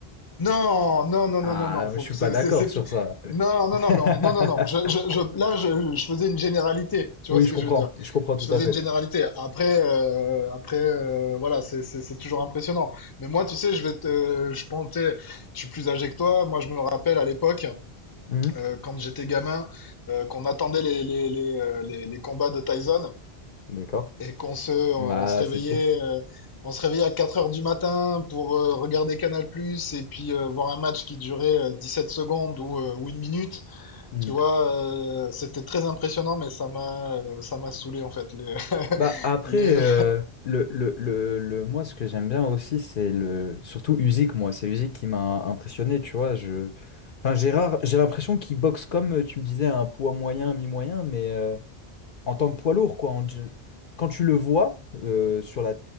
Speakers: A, on the left; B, on the left.
A: Non, non, non,
B: Ah,
A: non, non, non, faut,
B: je suis
A: c'est,
B: pas d'accord
A: c'est, c'est-
B: sur
A: plus-
B: ça.
A: non, non,
B: <laughs>
A: non, mais on est- non, non, non, je, je, je- là, je, je faisais une généralité, tu
B: Oui,
A: vois ce
B: je
A: que
B: comprends.
A: je veux dire?
B: Je comprends tout
A: Je
B: à
A: faisais
B: fait.
A: une généralité. Après, euh, après, euh, voilà, c'est, c'est, c'est toujours impressionnant. Mais moi, tu sais, je vais te, je pensais, je suis plus âgé que toi. Moi, je me rappelle à l'époque,
B: Mhm.
A: euh, quand j'étais gamin, euh, qu'on attendait les, les, les, euh, les, les combats de Tyson.
B: D'accord.
A: Et qu'on se, on
B: Bah,
A: se réveillait,
B: c'est sûr.
A: euh, on se réveillait à 4 heures du matin pour euh, regarder Canal+, et puis euh, voir un match qui durait euh, sept secondes ou, euh, ou une minute.
B: Mmh.
A: Tu vois, euh, c'était très impressionnant, mais ça m'a, euh, ça m'a saoulé en fait. Les,
B: Bah
A: <laughs>
B: après,
A: les...
B: euh, le, le, le, le- moi, ce que j'aime bien aussi, c'est le surtout Usyk, moi. C'est Usyk qui m'a impressionné, tu vois. Je... Enfin, Gérard, j'ai l'impression qu'il boxe comme, tu me disais, un poids moyen, un mi-moyen, mais euh, en tant que poids lourd, quoi. On di- quand tu le vois euh, sur la,